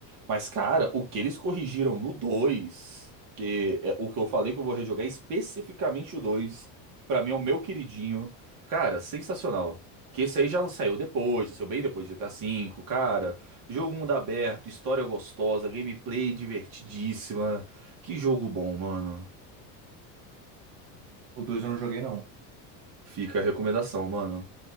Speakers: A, on the right; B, on the right.
A: mas cara, o que eles corrigiram no dois que é o que eu falei que eu vou rejogar é especificamente o dois que pra mim é o meu queridinho. Cara, sensacional. Que esse aí já saiu depois, já saiu bem depois de GTA V, cara. Jogo mundo aberto, história gostosa, gameplay divertidíssima. Que jogo bom, mano.
B: O dois eu não joguei, não.
A: Fica a recomendação, mano.